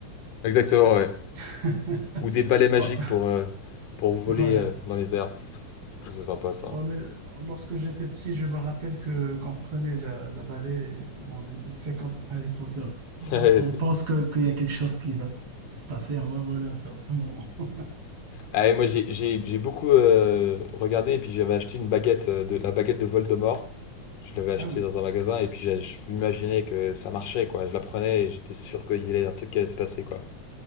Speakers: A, on the left (about 85°); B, on the right (about 55°).
A: Exactement, ouais.
B: <laughs>
A: Ou des balais magiques
B: Oh,
A: pour, euh, pour voler
B: Voilà.
A: euh, dans les airs. C'est sympa ça.
B: On est- lorsque j'étais petit, je me rappelle que qu'on prenait la, la balai, et on fait comme Harry Potter. On,
A: <laughs>
B: on pense que, qu'il y a quelque chose qui va se passer, on va voler à un certain moment. <laughs>
A: Ah, et moi j'ai j'ai- j'ai beaucoup euh, regardé et puis j'avais acheté une baguette, euh, de, la baguette de Voldemort. Je l'avais acheté
B: Ah oui.
A: dans un magasin et puis j'ai- je m'imaginais que ça marchait quoi. Je la prenais et j'étais sûr qu'il y avait un truc qui allait se passer quoi.